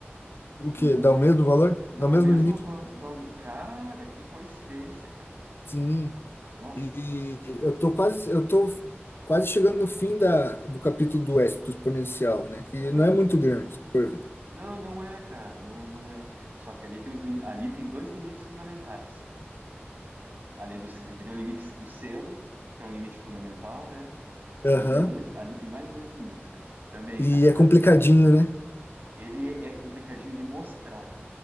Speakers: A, on the left; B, on the right.
A: o
B: No,
A: quê? Dá o mesmo valor?
B: dá
A: Dá o
B: o
A: mesmo
B: mesmo
A: limite?
B: valor. Cara, que coincidência, cara.
A: Sim.
B: Nossa.
A: E eu tô quase eu tô quase chegando no fim da, do capítulo do Éxito exponencial, né? Que
B: aham.
A: não é muito grande, por ver.
B: Não, não é, cara, não, não é. Só que ali tem, uns, lim- ali tem dois limites fundamentais. Além do que tem o limite do seno, que é um limite fundamental, né? Ali
A: Aham.
B: tem dois, ali tem mais dois limites, cara. Também,
A: E
B: cara, para
A: é complicadinho, né?
B: ele é complicadinho de mostrar,